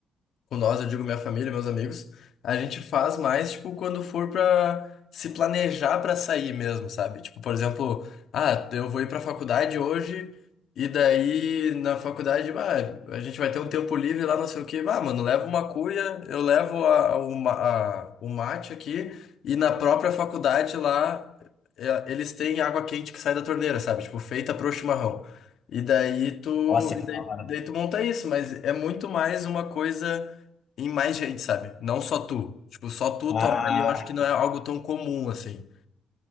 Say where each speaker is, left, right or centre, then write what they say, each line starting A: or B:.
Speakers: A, on the left (about 70°); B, on the left (about 50°).
A: com nós, eu digo minha família, meus amigos, a gente faz mais, tipo, quando for pra se planejar pra sair mesmo, sabe? Tipo, por exemplo, ah, eu vou ir pra faculdade hoje, e daí na faculdade, ah, a gente vai ter um tempo livre lá, não sei o quê. Ah, mano, leva uma cuia, eu levo a, a, o ma- a- o mate aqui, e na própria faculdade lá. é, Eles têm água quente que sai da torneira, sabe? Tipo, feita pro chimarrão. E daí tu,
B: Nossa, que
A: e daí,
B: da hora.
A: daí tu monta isso, mas é muito mais uma coisa em mais gente, sabe? Não só tu. Tipo, só tu
B: Ah.
A: tomar ali, eu acho que não é algo tão comum assim.